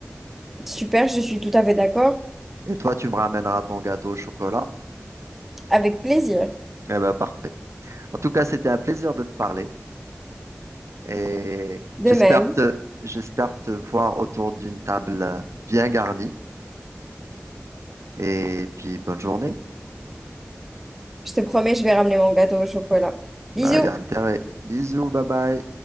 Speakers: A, in the centre; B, on the right (about 80°).
A: Super, je suis tout à fait d'accord.
B: Et toi, tu me ramèneras ton gâteau au chocolat.
A: Avec plaisir.
B: Eh ben parfait. En tout cas, c'était un plaisir de te parler. Et
A: De
B: j'espère
A: même,
B: te, j'espère te voir autour d'une table euh, bien garnie. Et puis, bonne journée.
A: je te promets, je vais ramener mon gâteau au chocolat.
B: Bah,
A: Bisous!
B: y a intérêt. Bisous, bye bye.